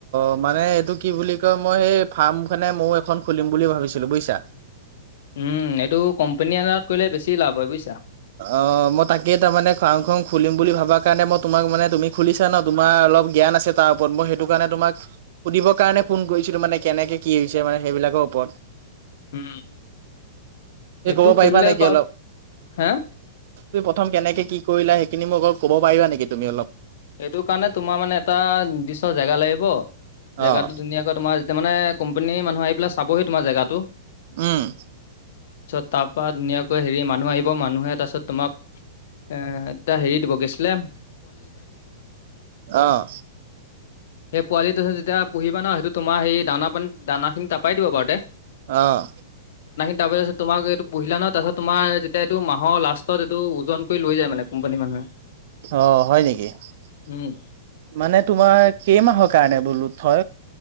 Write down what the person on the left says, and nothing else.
উম এইটো কোম্পানী আন্দাৰত কৰিলে বেছি লাভ হয় বুজিছা।
উম
এইটো
খুলিলে
বাৰু
হে
এইটো কাৰণে তোমাৰ মানে এটা নিৰ্দিষ্ট জেগা লাগিব, জেগাটো
ধুনীয়াকৈ তোমাৰ তাৰমানে কোম্পানীৰ মানু্হ আহি পেলাই চাবহি তোমাৰ জেগাটো,
তাৰপা ধুনীয়াকৈ হেৰি মানুহ আহিব, মানুহে তাৰপিছত তোমাক এটা হেৰি দিব গেছলেম।
সেই পোৱালিটো হেই যেতিয়া পুহিবা ন, সেইটো তোমাৰ সেই দানা পানীত দানা খিনি তাপাই দিবা বাৰু তে
তাৰপিছত তোমাক এইটো পুহিলা ন তাৰপছত তোমাৰ যেতিয়া এইটো মাহৰ লাষ্টত এইটো উজন কৰি লৈ যায় মানে কোম্পানী মানুহে।
উম